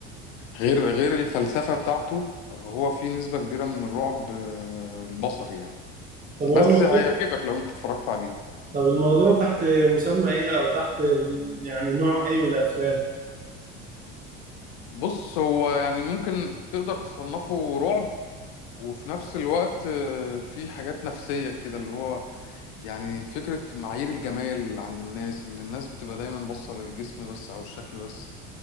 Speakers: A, on the left; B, on the right.
A: غير غير الفلسفة بتاعته هو فيه نسبة كبيرة من الرعب آه، البصري يعني
B: طب هو
A: بس
B: الموضوع
A: هيعجبك لو انت اتفرجت عليه
B: طب الموضوع تحت مسمى ايه او تحت يعني نوع ايه من الافلام
A: بص هو يعني ممكن تقدر تصنفه رعب وفي نفس الوقت آه، فيه حاجات نفسية كده اللي هو يعني فكرة معايير الجمال عند الناس ان الناس بتبقى دايما باصة للجسم بس او الشكل بس